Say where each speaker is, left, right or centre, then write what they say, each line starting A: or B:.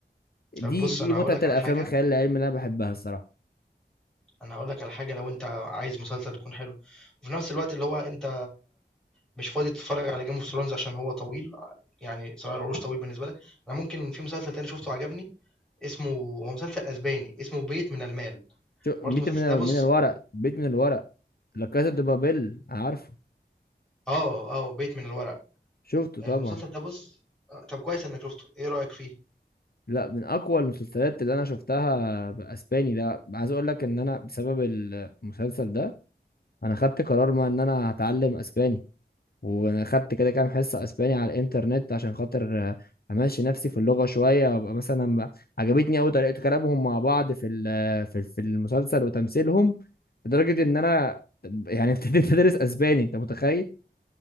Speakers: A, on the left; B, in the centre.
A: دي
B: طب بص
A: دي
B: انا
A: متعة
B: هقول لك
A: الافلام
B: على حاجة
A: الخيال العلمي اللي انا بحبها الصراحة
B: انا هقول لك على حاجه لو انت عايز مسلسل يكون حلو وفي نفس الوقت اللي هو انت مش فاضي تتفرج على جيم اوف ثرونز عشان هو طويل يعني صراع العروش طويل بالنسبه لك انا ممكن في مسلسل تاني شفته عجبني اسمه هو مسلسل اسباني اسمه بيت من المال
A: شو
B: برضو
A: ميت
B: المسلسل
A: من
B: ده بص
A: من الورق بيت من الورق لا كاسا دي بابيل عارفه
B: اه اه بيت من الورق
A: شفته
B: آه،
A: طبعا
B: المسلسل ده بص آه، طب كويس انك شفته ايه رايك فيه
A: لا من اقوى المسلسلات اللي انا شفتها باسباني ده عايز اقول لك ان انا بسبب المسلسل ده انا خدت قرار ما ان انا هتعلم اسباني واخدت كده كام حصه اسباني على الانترنت عشان خاطر آه، امشي نفسي في اللغه شويه وابقى مثلا ب- عجبتني قوي طريقه كلامهم مع بعض في ال- في في المسلسل وتمثيلهم لدرجه ان انا يعني <laughs> ابتديت ادرس اسباني انت متخيل